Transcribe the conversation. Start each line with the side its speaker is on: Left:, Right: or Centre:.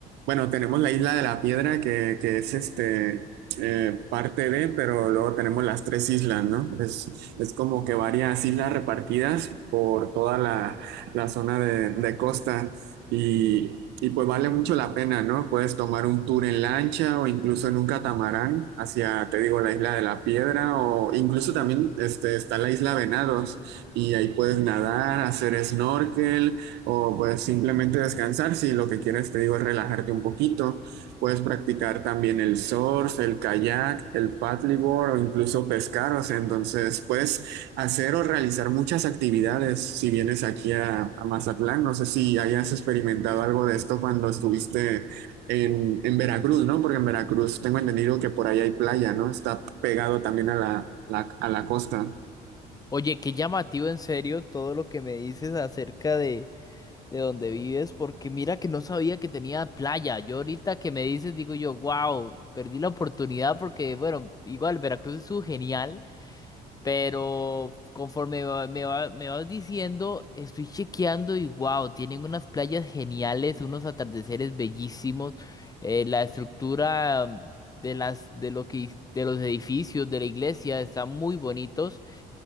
Right: bueno, tenemos la Isla de la Piedra que, que es este eh, parte de, pero luego tenemos las tres islas, ¿no? Es, es como que varias islas repartidas por toda la, la zona de, de costa y, y pues vale mucho la pena, ¿no? Puedes tomar un tour en lancha o incluso en un catamarán hacia, te digo, la isla de la Piedra o incluso también este, está la isla Venados y ahí puedes nadar, hacer snorkel o pues simplemente descansar si lo que quieres, te digo, es relajarte un poquito. Puedes practicar también el surf, el kayak, el paddleboard o incluso pescar. O sea, entonces puedes hacer o realizar muchas actividades si vienes aquí a, a Mazatlán. No sé si hayas experimentado algo de esto cuando estuviste en, en Veracruz, ¿no? Porque en Veracruz tengo entendido que por ahí hay playa, ¿no? Está pegado también a la, la- a la costa.
Left: Oye, qué llamativo en serio todo lo que me dices acerca de, de donde vives, porque mira que no sabía que tenía playa. Yo ahorita que me dices, digo yo, wow, perdí la oportunidad porque, bueno, igual Veracruz es genial. Pero conforme va- me va- me vas diciendo, estoy chequeando y wow, tienen unas playas geniales, unos atardeceres bellísimos, eh, la estructura de las de lo que de los edificios de la iglesia están muy bonitos.